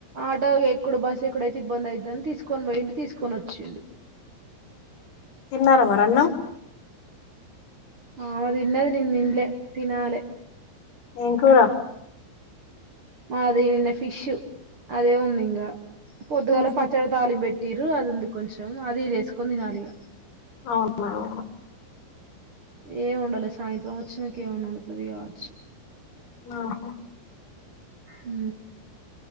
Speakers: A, on the right (about 75°); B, on the left (about 60°).
A: ఆటో ఎక్కడు బస్సు ఎక్కడైతే ఇబ్బంది అయిద్దని తీసుకొని పోయిడి తీసుకొని వచ్చిండు
B: తిన్నారామరి అన్నం
A: ఆ ఆమె తిన్నది నిను తినలే తినాలి
B: ఏంకూరా
A: మాది నిన్న ఫిష్ అదే ఉంది ఇంగా పొద్దుగాల
B: ఆహా
A: పచ్చడి తాళిం పెట్టి ఇరు అది ఉంది కొంచెం అది ఇది వేసుకొని తినాలిగా
B: అవునా అవును
A: ఏం ఉండాలి సాయంత్రం వచ్చినాక ఏం ఉండాలి తది కావచ్చు
B: ఆహో
A: హ